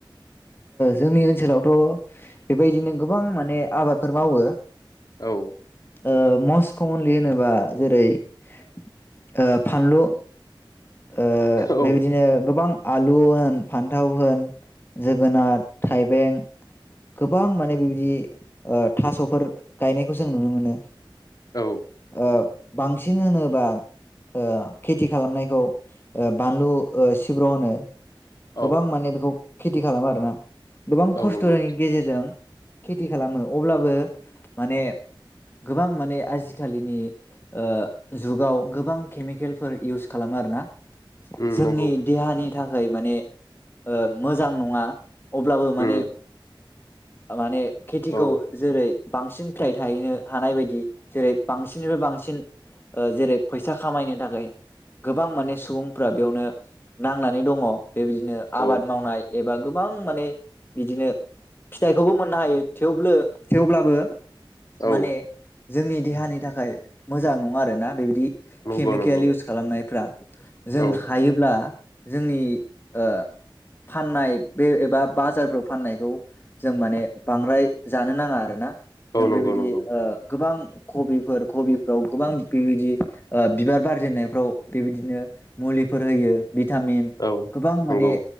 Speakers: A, on the left; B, on the left.
A: जोंनि ओनसोलावथ' बेबायदिनो गोबां माने आबादफोर मावो।
B: औ
A: ओ मस्ट कमनलि होनोबा जेरै ओ फानलु ओ
B: औ
A: बेबायदिनो गोबां आलु होन फान्थाव होन जोगोनाथ। थाइबें गोबां माने बेबायदि ओ थास'फोर गायनायखौ जों नुनो मोनो।
B: औ
A: ओ बांसिन होनोबा ओ खेथि खालामनायखौ ओ बानलु सिब्र' होनो गोबां
B: औ
A: माने बेखौ खेथि खालामो आरो ना। गोबां
B: औ
A: खस्थ'
B: नंगौ
A: नि गेजेरजों खेथि खालामो अब्लाबो माने गोबां माने आजिखालिनि ओ जुगाव गोबां केमिकेलफोर इउस खालामो आरोना।
B: उम
A: जोंनि
B: नंगौ
A: देहानि थाखा थाखाय माने ओ मोजां नङा अब्लाबो माने
B: उम
A: माने खेथिखौ
B: औ
A: जेरै बांसिन फिथाय थाहैनो हानाय बायदि जेरै बांसिननिफ्राय बांसिन जेरै फैसा खामायनो थाखाय गोबां माने सुबुंफ्रा बेयावनो नांनानै दङ। बेबायदिनो
B: औ
A: आबाद मावनाय एबा गोबां माने बिदिनो फिथाइखौबो मोननो हायो थेवबो थेवब्लाबो
B: औ
A: माने जोंनि देहानि थाखाय मोजां नङा आरोना बेबायदि
B: नंगौ
A: केमिकेल
B: नंगौ
A: इउस खालामनायफ्रा। जों
B: औ
A: हायोब्ला जोंनि ओ फाननाय बे एबा बाजारफ्राव फाननायखौ जों माने बांद्राय जानो नाङा आरोना। जों
B: औ
A: बेबायदि
B: नंगौ नंगौ
A: ओ गोबां कबिफोर कबिफ्राव गोबां बिअबायदि ओ बिबार बारजेननायफ्राव बेबायदिनो मुलिफोर होयो। भिटामिन
B: औ
A: गोबां माने
B: नंगौ